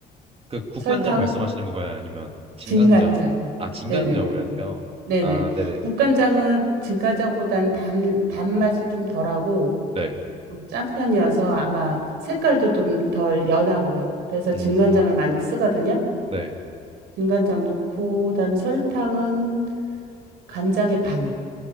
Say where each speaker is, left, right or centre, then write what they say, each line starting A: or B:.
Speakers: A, on the right; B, on the right.
A: 그 국간장
B: 설탕,
A: 말씀하시는 건가요? 아니면 진간장?
B: 진간장이
A: 아, 진간장으로
B: 네네네.
A: 해야 돼요.
B: 네네.
A: 아, 네네.
B: 국간장은 진간장보단 단, 단맛이 좀 덜하고
A: 네.
B: 좀 짠 편이어서 아마 색깔도 좀 덜 연하고요. 그래서
A: 음.
B: 진간장을 많이 쓰거든요.
A: 네.
B: 진간장 넣고, 그다음에 설탕은 간장의 반.